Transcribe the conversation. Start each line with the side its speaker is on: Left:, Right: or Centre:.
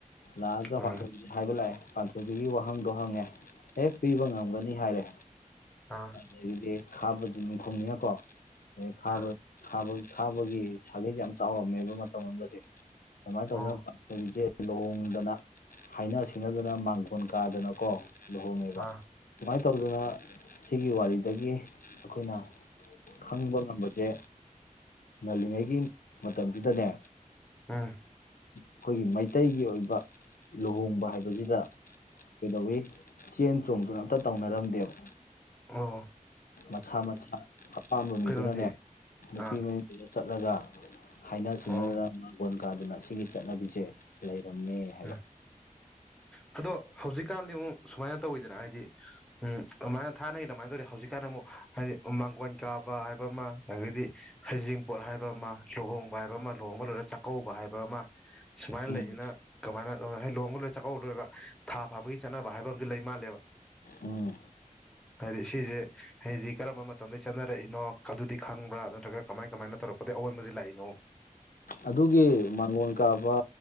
Left: ꯂꯥꯛꯑꯒ
Centre: ꯑꯥ
Left: ꯄꯥꯟꯊꯁꯦ ꯍꯥꯏꯕ ꯂꯥꯛꯑꯦ ꯄꯥꯟꯊꯨꯕꯤꯒꯤ ꯋꯥꯍꯪꯗꯣ ꯍꯪꯉꯦ ꯑꯦ ꯄꯤꯕ ꯉꯝꯒꯅꯤ ꯍꯥꯏꯔꯦ
Centre: ꯑꯥ
Left: ꯑꯗꯨꯗꯤ ꯈꯥꯕꯗꯨ ꯅꯤꯡꯈꯨꯝꯅꯤꯉꯀꯣ ꯈ
Centre: ꯑꯥ
Left: ꯈꯕꯩ ꯊꯥꯕꯒꯤ ꯁꯥꯒꯩꯁ ꯌꯥꯝ ꯆꯥꯎꯔꯝꯃꯦꯕ ꯃꯇꯝ ꯑꯃꯗꯗꯤ ꯃꯥ ꯑꯗꯨꯅ
Centre: ꯑꯣ
Left: ꯄꯦ ꯂꯣꯡꯗꯅ ꯍꯥꯏꯅ ꯁꯤꯡꯅꯗꯅ ꯃꯥꯡꯒꯣꯣꯟ ꯀꯥꯗꯅꯀꯣ ꯧ ꯃꯕ
Centre: ꯑꯥ
Left: ꯇꯨꯃ ꯎ ꯇꯔꯗꯨꯅ ꯁꯤꯒꯤ ꯋꯥꯔꯤꯗꯒꯤ ꯑꯩꯈꯣꯏꯅ ꯈꯪꯕ ꯉꯝꯕꯁꯦ ꯉꯜꯂꯤꯉꯩꯒꯤ ꯃꯇꯝꯁꯤꯗꯅꯦ
Centre: ꯑꯝ
Left: ꯑꯩꯈꯣꯏꯒꯤ ꯃꯩꯇꯩꯒꯤ ꯑꯣꯏꯕ ꯂꯨꯍꯣꯡꯕ ꯍꯥꯏꯕꯁꯤꯗ ꯀꯩꯗꯧꯋꯤ ꯆꯦꯟ ꯆꯣꯡꯗꯨꯅ ꯑꯝꯇ ꯇꯧꯅꯔꯝꯗꯦꯕ
Centre: ꯑꯣꯥ
Left: ꯃꯁꯥ ꯃꯁꯥ ꯑꯄꯥꯝꯕ
Centre: ꯀꯩꯅꯣꯗꯤ
Left: ꯃꯤꯗꯨꯅꯅꯦ ꯅꯨꯄꯤ
Centre: ꯑꯥ
Left: ꯃꯩꯗꯨ ꯆꯠꯂꯒ ꯍꯥꯏꯅ ꯁꯨꯅꯗꯨꯅ
Centre: ꯑꯣ
Left: ꯃꯣꯟ ꯀꯥꯗꯨꯅ ꯁꯤꯒꯤ ꯆꯠꯅꯕꯤꯁꯦ ꯂꯩ ꯀꯝꯃꯦ ꯍꯥꯏꯕ
Centre: ꯎꯝ ꯑꯗꯣ ꯍꯧꯖꯤꯛꯀꯥꯟꯗꯤ ꯑꯃꯨꯛ ꯁꯨꯃꯥꯏꯅ ꯇꯧꯋꯤꯗꯅ ꯍꯥꯏꯗꯤ ꯎꯝ ꯑꯗꯨꯃꯥꯏꯅ ꯊꯥꯅꯒꯤ ꯑꯗꯨꯃꯥꯏꯅ ꯇꯧꯋꯤ ꯍꯧꯖꯤꯛꯀꯥꯟꯗ ꯑꯃꯨꯛ ꯍꯥꯏꯗꯤ ꯃꯥꯡꯒꯣꯏꯣꯟ ꯀꯥꯕ ꯍꯥꯏꯕ ꯑꯃ ꯑꯗꯒꯤꯩꯗꯤ ꯍꯩꯖꯤꯡꯄꯣꯠ ꯍꯥꯏꯕ ꯑꯃ ꯂꯨꯍꯣꯡꯕ ꯍꯥꯏꯕ ꯑꯃ ꯂꯨꯍꯣꯡꯕ ꯂꯣꯏꯔ ꯆꯥꯛꯀꯧꯕ ꯍꯥꯏꯕ ꯑꯃ ꯁꯨꯃꯥꯏꯅ
Left: ꯎꯝ
Centre: ꯂꯩꯁꯤꯅ ꯅ ꯂꯍꯒ ꯂꯣꯏꯔ ꯆꯥꯛꯀꯧ ꯂꯣꯏꯔꯒ ꯊꯥ ꯐꯥꯕꯒꯤ ꯆꯠꯅꯕ ꯍꯥꯏꯕ ꯑꯃꯁꯝꯨ ꯂꯩ ꯃꯥꯜꯂꯦꯕ
Left: ꯎꯝ
Centre: ꯍꯥꯏꯗꯤ ꯁꯤꯁꯦ ꯍꯥꯏꯗꯤ ꯀꯔꯝꯕ ꯃꯇꯝꯗ ꯆꯠꯅꯔꯛꯏꯅꯣ ꯑꯗꯨꯗꯤ ꯈꯪꯕ꯭ꯔꯥ ꯅꯠꯇ꯭ꯔꯒ ꯀꯃꯥꯏ ꯀꯃꯥꯏꯅ ꯇꯧꯔꯛꯄꯗꯒꯤ ꯑꯑꯣꯟꯕꯁꯦ ꯂꯥꯛꯏꯅꯣ
Left: ꯑꯗꯨꯒꯤ ꯃꯥꯡꯒꯣꯟ ꯀꯥꯕ